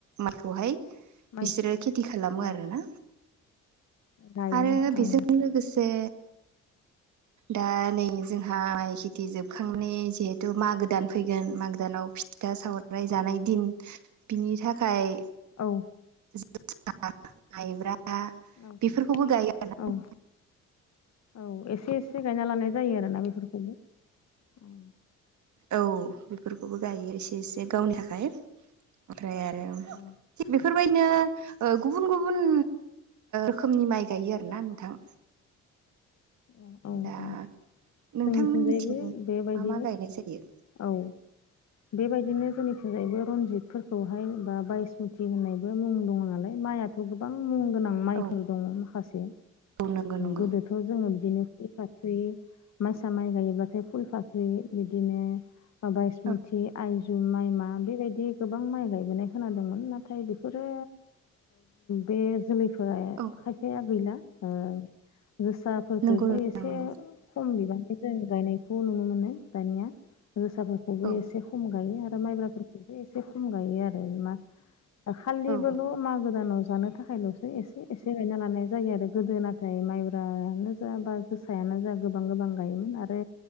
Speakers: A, on the right (about 70°); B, on the left (about 60°).
A: माइखौहाय
B: माइ
A: बिसोरो खेथि खालामो
B: औ
A: आरोना
B: गायो
A: आरो बेजों
B: औ
A: लोगोसे दा नै जोंहहा खेथि जोबखांनानै जिहेथु माग गोदान फैगोन मागो
B: औ
A: दानाव फिथा सावराय जानाय
B: औ
A: दिन बिनि थाखाय
B: औ
A: जुथा माइब्रा बेफोरखौबो
B: औ
A: गायो आरोना
B: औ औ एसे एसे गायना लानाय जायो आरोना बेफोरखौबो औ
A: औ बेफोरखौबो गायो इसे इसे गावनि थाखाय ओमफ्राय आरो थि
B: औ
A: बेफोर बायदिनो गुबुन गुबुन रोखोमनि माइ गायो आरोना नोंथां
B: अ अ
A: दा
B: अ
A: नोंथांमोननिथिं
B: जोंनिथिंजायैबो बेबायदिनो
A: मा मा गायनाय जायो
B: औ बेबायदिनो जोंनि जैबो रनजितफोरखौहाय बा बायसमुथि होननायबो मुं दंङो नालाय माइयाथ' गोबां मुं गोनां माइफोर
A: औ
B: दंङ माखासे
A: औ नंगौ नंगौ
B: गोदोथ' जोंङो बिदिनो फुल फाख्रि माइसा माइ गायोब्लाथाय फुल फाख्रि बिदिनो बायस मुथि
A: औ
B: आयजं माइ मा बेबायदि गोबां माइ गायबोनाय खोनादोंमोन नाथाय बेफोरो बे जोलैफोरा
A: औ
B: खायफाया गैला ओ जोसा फोरखौबो
A: नंगौ नोंथां
B: एसे
A: नंगौ
B: खम बिबान जों गायनायखौ नुनो मोनो दानिया जोसाफोरखौबो
A: औ
B: एसे खम गायो आरो माइब्राफोरखौबो एसे खम गायो आरो मा खालि
A: औ
B: बल' मा गो दानाव जानो थाखायल'सो एसे एसे बायना लानाय जायो आरो गोदो नाथाय माइब्रानो जा बा जोसायानो जा गोबां गोबां गायोमोन आरो